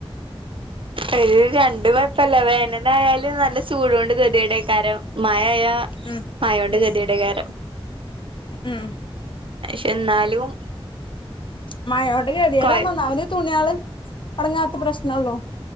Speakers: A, on the right; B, on the left.
A: ഒരു രണ്ടു പഴപ്പല്ല വേനലായാലും നല്ല ചൂടുണ്ട് ഗതിയുടെക്കാരം മഴ
B: ഉം
A: ആയോണ്ട് ഗതിയുടെ കാരം
B: ഉം
A: പക്ഷെ എന്നാലും
B: മയോണ്ട് ഗതികേടാ
A: കൊഴ
B: നന്നാവന് തുണിയള് അടങ്ങാത്ത പ്രശ്നള്ളൂ